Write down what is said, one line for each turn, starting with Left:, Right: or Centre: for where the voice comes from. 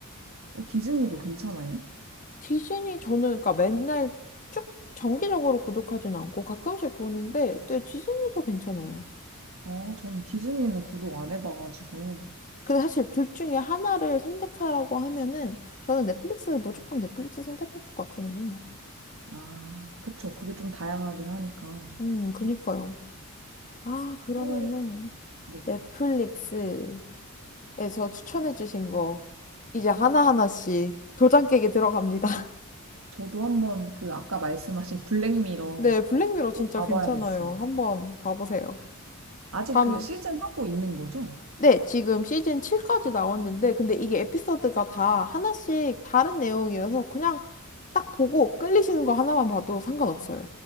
Right: 어, 디즈니도 괜찮아요?
Left: 디즈니 저는 그러니까 맨날 쭉 정기적으로 구독하진 않고 가끔씩 보는데, 네, 디즈니도 괜찮아요.
Right: 어, 저는 디즈니는 구독 안 해봐가지고.
Left: 근데 사실 둘 중에 하나를 선택하라고 하면은 저는 넷플릭스 무조건 넷플릭스 선택할 것 같기는 해요.
Right: 아, 그쵸. 그게 좀 다양하긴 하니까.
Left: 음, 그니까요. 아, 그러면은
Right: 또, 네.
Left: 넷플릭스. 에서 추천해주신 거 이제 하나하나씩 도장 깨기 들어갑니다. <laughs>
Right: 저도 한번 그 아까 말씀하신 블랙미러
Left: 네, 블랙미러 진짜
Right: 꼭 봐봐야겠어요.
Left: 괜찮아요. 한번 봐보세요.
Right: 아직
Left: 다음에
Right: 그 시즌 하고 있는 거죠?
Left: 네, 지금 시즌 7까지 나왔는데 근데 이게 에피소드가 다 하나씩 다른 내용이어서 그냥 딱 보고 끌리시는 거 하나만 봐도 상관없어요.